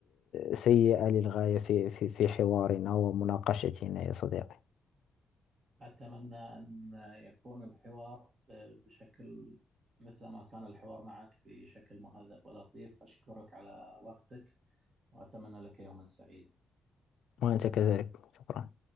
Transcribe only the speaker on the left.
سيئة للغاية في في في حوارنا ومناقشتنا يا صديقي
وأنت كذلك شكرا